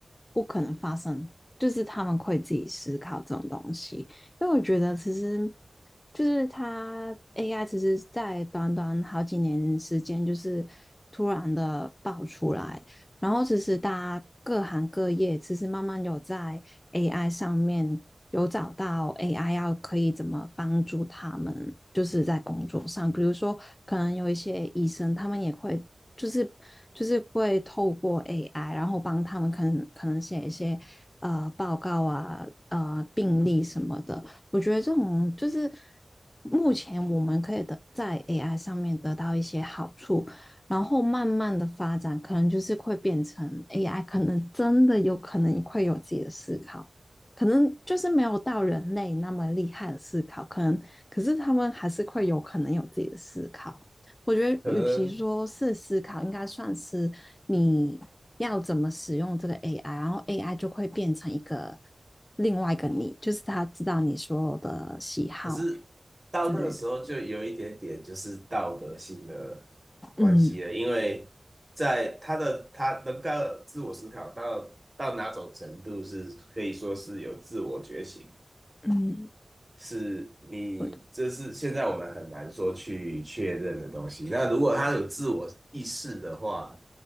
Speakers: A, on the left; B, on the right.
A: 不可能发生，就是他们会自己思考这种东西，因为我觉得其实就是它 AI 其实在短短好几年时间，就是突然的爆出来，然后其实大家各行各业其实慢慢有在 AI 上面有找到 AI 要可以怎么帮助他们，就是在工作上，比如说可能有一些医生，他们也会就是就是会透过 AI，然后帮他们可能可能写一些呃报告啊、呃病例什么的。我觉得这种就是目前我们可以得在 AI 上面得到一些好处。然后慢慢的发展，可能就是会变成 AI，可能真的有可能会有自己的思考，可能就是没有到人类那么厉害的思考，可能可是他们还是会有可能有自己的思考。我觉得，
B: <laughs> 可能
A: 与其说是思考，应该算是你要怎么使用这个 AI，然后 AI 就会变成一个另外一个你，就是他知道你所有的喜好
B: 可是到那个时候就有一点点就是道德性的关系了，
A: 之类的。嗯
B: 因为在他的他能够自我思考到到哪种程度是可以说是有自我觉醒，
A: 嗯，
B: 是你这是现在我们很难说去确认的东西。
A: 我
B: 那如果他有自我意识的话，